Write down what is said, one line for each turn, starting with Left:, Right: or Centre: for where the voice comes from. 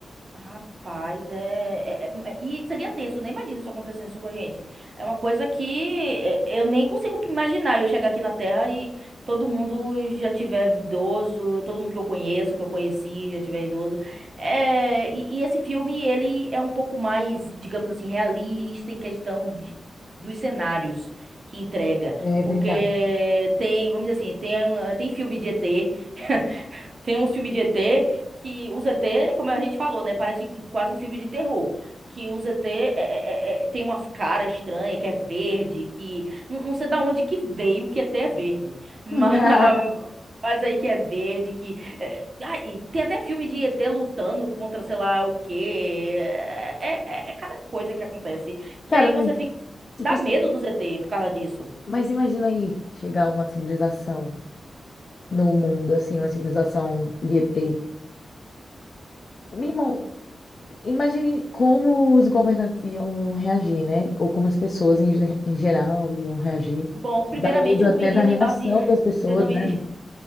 Right: Rapaz, é, é- é- E seria tenso, eu nem imagino isso acontecendo isso com a gente. É uma coisa que é, eu nem consigo imaginar eu chegar aqui na Terra e todo mundo já tiver idoso, todo mundo que eu conheço, que eu conheci, já tiver idoso. É, e, e esse filme, ele é um pouco mais, digamos assim, realista em questão de- dos cenários que entrega.
Left: É
Right: Porque
Left: verdade.
Right: tem, vamos dizer assim, tem, tem filme de ET. Tem uns filmes de ET que os ET, como a gente falou, né? Parece quase um filme de terror. Que os ET é, é- é- é- tem umas caras estranhas, que é verde, que. Não, não sei da onde que veio que ET é verde. Mas,
Left: <laughs>
Right: <laughs> mas aí que é verde, que. é- Ah, e tem até filme de ET lutando contra sei lá o quê. É, é, é é cada coisa que acontece. Que
Left: Cara,
Right: aí você
Left: mas,
Right: fica.
Left: tipo
Right: Dá
Left: assim,
Right: medo dos ET por causa disso.
Left: mas imagina aí chegar uma civilização. no mundo, assim, uma civilização de ET. Meu irmão, imagine como os governantes iam reagir, né? Ou como as pessoas em, ge- em geral iam reagir.
Right: Bom, primeiramente
Left: Dá medo
Right: eu
Left: até
Right: não iria
Left: da reação
Right: me basear.
Left: das pessoas,
Right: Eu não
Left: né?
Right: iria.